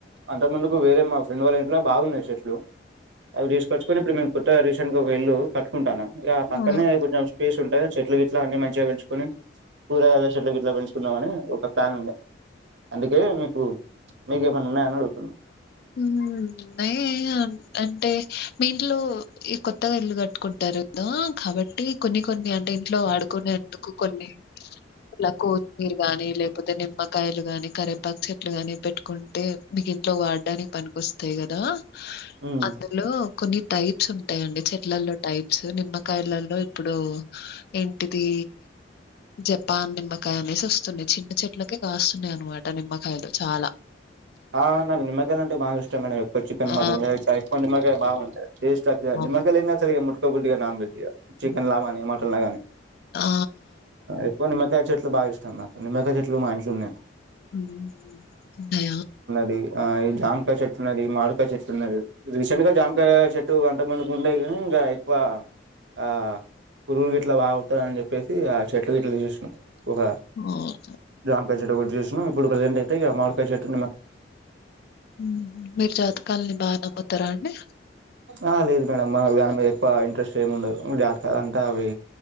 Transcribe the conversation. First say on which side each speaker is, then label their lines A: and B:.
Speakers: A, on the right (about 70°); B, on the left (about 55°).
A: అంతకు ముందుకు వేరే మా ఫ్రెండ్ వాళ్ళ ఇంట్లో బాగునాయి చెట్లు. అవి తీసుకొచ్చుక్ కొని ఇప్పుడు మేం కొత్తగా రసెట్గా ఒక ఇల్లు కట్టుకుంటానం. ఇగా పక్కనే
B: ఆ
A: కొంచం స్ ప్లేస్ ఉంటే చెట్లు గిట్ ట్లా అన్ని మంచిగా పెంచుకొని. కూరగాయల చెట్లు గిట్ల పెంచుక్ న్నా అని ఒక ప్లాన్ ఉంది అందుకే మీకు మీకు ఏమన్న ఉన్నాయని అడుగుతున్నా
B: మ్ ఉన్నాయి అంటే మీ ఇంట్లో ఈ కొత్తగా ఇల్లు కట్టుకుంటారు కదా కాబట్టి కొన్ని కొన్ని అ ఇంట్లో వాడుకునే ఎందుకు కొన్ని ఇలా కో మీరు గాని లేకపోతే నిమ్మకాయలు గాని కరేపాకు చెట్లు గాని పెట్టుకుంటే మీగి ఇంట్లో వాడు డాని పనికొస్తాయి కదా
A: ఉమ్
B: అందులో కొన్ని టైప్స్ ఉంటయండి చెట్లల్లో టైప్స్ నిమ్మకాయలలో ఇప్పుడు ఏంటిదిీ జపాన్ నిమ్మకాయ అనేసి ఒస్తున్నాయి చిన్న చెట్లకి కాస్తున్నాయి అనమాట నిమ్మకాయలు చాలా
A: ఆ మరి నిమ్మ ంటె బా ఇష్టం మేడం ఎక్కడు చికెన్
B: ఆ!
A: మటన్ చయిం మగ బాగుంటాయి టేస్ట్ అత్తదండి
B: అవును.
A: మగల్సరి గుడ్డిగా నాన్ వెజ్ యా చికెన్
B: హ్మ్.
A: లా గానీ మటన్ లా గాని
B: ఆ!
A: ఎక్కువ నిమ్మకాయ చెట్లు బాగా ఇష్టం నాకు నిమ్మకాయ్ చెట్లు మా ఇంట్లున్నయ్
B: మ్ దయా
A: ది ఆ ఇ జాంకా చెట్టున్నది మాడికాయ్ చెట్టున్నది రీసెంట్గా జామ్ కాయ్ చె చెట్టు వంట మందుకు ఉండే కాని గా ఇంకా ఎక్కువ ఆ పురుగులు గట్లా బాగాస్తయ్ అని చెప్పేసి ఆ చెట్లు గట్లా చూస్తు ఒక
B: ఓహ్!
A: జమ్కాకాయ్ చెట్టు చేసినం ఇప్పుడు ప్రజెంట్ అతే మాడికాయ్ చెట్
B: మ్ మీరు జాతకాలని బాగా నమ్ముతారా అండి
A: ఏ లేదు మేడంమ్ దాని మీద ఎక్కువ ఇంట్రెస్ట్ ఏమిముండదు జాతక అంతా అవి